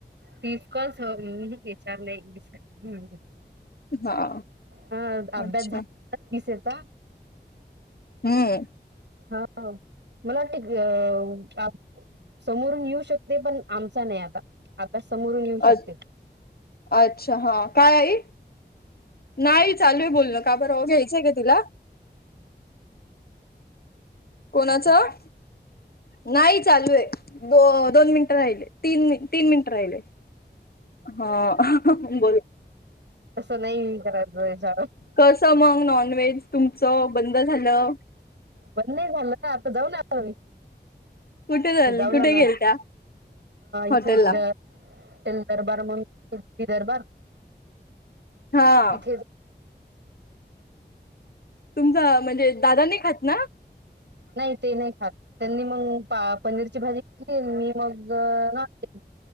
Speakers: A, on the right (about 80°); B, on the left (about 60°).
A: तीस कॉल्स विचार नाही
B: हा.
A: हा अभ्यास
B: अच्छा
A: झाला <unintelligible>
B: हम्
A: हा मला वाटतं <unintelligible> समोरून येऊ शकते पण आमचा नाही आता आपल्या समोरून येऊ
B: अ
A: शकते
B: अच्छा हा काय आई? नाही चालू आहे बोलण का बरं घ्यायचंय का तुला? कोणाचं? नाही चालू आहे. दो-दोन मिनिट राहिले. तीन तीन मिनिट राहिले. हा बरोबर.
A: तंस नाही करायचं विश <unintelligible>
B: कसं मग नॉन व्हेज तुमचं बंद झालं?
A: बंद नाही झालं का, आता जाऊन आलो मी.
B: कुठे झालं
A: जाऊन
B: कुठे
A: आलाय
B: गेल त्या हॉटेलला
A: इफे द हॉटेल दरबार म्हणून <unintelligible> दरबार
B: हा..
A: तिथे
B: तुमचं म्हणजे दादा नाही खात ना
A: नाही ते नाही खात त्यांनी मग पनीरची भाजी घेतली मी मगं नॉन